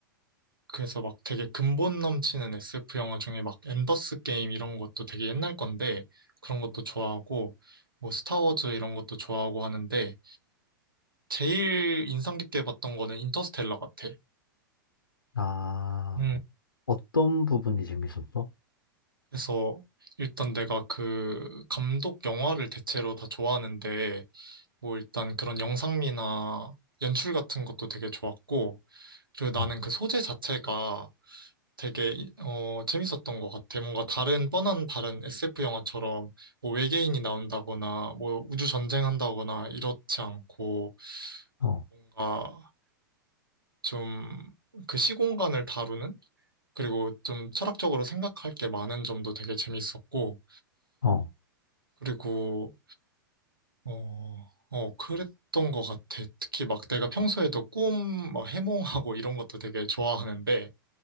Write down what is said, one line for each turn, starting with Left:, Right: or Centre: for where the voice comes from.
Right: 그래서 막 되게 근본 넘치는 SF 영화 중에 막 엔더스 게임 이런 것도 되게 옛날 건데, 그런 것도 좋아하고, 뭐 스타워즈 이런 것도 좋아하고 하는데, 제일 인상 깊게 봤던 거는 인터스텔라 같아.
Left: 아,
Right: 음,
Left: 어떤 부분이 재밌었어?
Right: 그래서 일단 내가 그 감독 영화를 대체로 다 좋아하는데 뭐 일단 그런 영상미나 연출 같은 것도 되게 좋았고 그리고
Left: 어,
Right: 나는 그 소재 자체가 되게 이- 어 재밌었던 것 같아. 뭔가 다른 뻔한 다른 SF 영화처럼 뭐 외계인이 나온다거나 뭐 우주 전쟁한다거나 이렇지 않고
Left: 어,
Right: 뭔가 좀 그 시공간을 다루는 그리고 좀 철학적으로 생각할 게 많은 점도 되게 재밌었고,
Left: 어,
Right: 그리고, 어, 어, 그랬던 것 같아. 특히 막 내가 평소에도 꿈, 막 해몽하고 이런 것도 되게 좋아하는데,